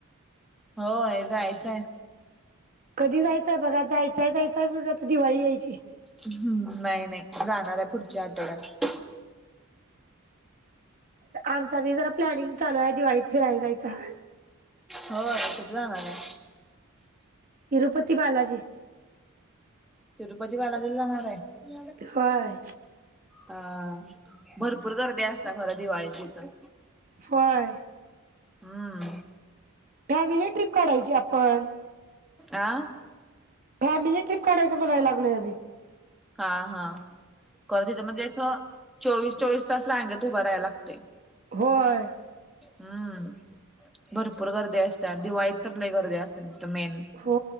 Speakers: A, in the centre; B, on the right.
A: होय जायचं आहं.
B: कधी जायचंय बघा जायचंय जायचंय म्हणुन आता दिवाळी यायची.
A: हम्म नाही नाही जाणार आहे पुढच्या आठवड्यात.
B: आमचा भी जरा प्लॅनिंग चालू आहे दिवाळीत फिरायला जायचं.
A: होय कुठं जाणार आहं?
B: तिरुपती बालाजी.
A: तिरुपती बालाजीला जाणार आहं?
B: होय
A: हा भरपूर गर्दी असतीया खरं दिवाळीत तिथं.
B: होय
A: हम्म
B: फॅमिली ट्रिप काढायची आपण.
A: आ
B: फॅमिली ट्रिप काढायची म्हणाय लागलोय आम्ही.
A: हा हा खरं तिथं म्हणजे असं चोवीस चोवीस तास रांगेत उभा राहायला लागतंय.
B: होय.
A: हम्म भरपूर गर्दी असतीया दिवाळीत तर लई गर्दी असलं तिथं मेन.
B: हो